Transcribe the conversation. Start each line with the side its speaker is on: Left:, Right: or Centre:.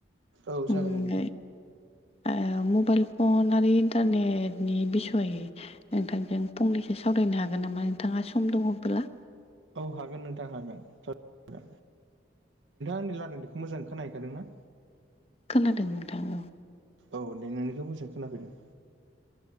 Right: औ
Left: उम
Right: जागोन नोंथां।
Left: ओ मबेइल फन आरो इन्टारनेटनि बिसय नोंथांजों फंनैसो सावरायनो हागोन नामा नोंथाङा सम दङ बोला?
Right: औ हागोन नोंथां हागोन नोंथांङा आंनि रालायनायफोरखौ मोजां खोनाहैखादों ना?
Left: खोनादों नोंथाङा औ।
Right: औ दे नोंनिखौ मोजां खोनाफैदों।